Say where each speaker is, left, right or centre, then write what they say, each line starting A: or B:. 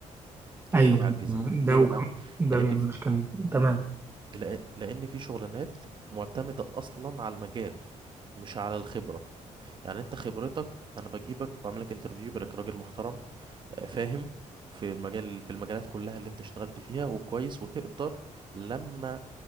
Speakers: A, on the right (about 40°); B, on the right (about 20°).
A: كده
B: ايوه
A: بيعجزك
B: ده
A: ليه
B: وكم
A: بقى
B: ده
A: لان
B: بيعمل
A: في
B: كان تمام
A: لأ- لان في شغلانات معتمده اصلا على المجال مش على الخبره يعني انت خبرتك انا بجيبك بعمل لك انترفيو بالك راجل محترم آه، فاهم في المجال في المجالات كلها اللي انت اشتغلت فيها وكويس وتقدر لما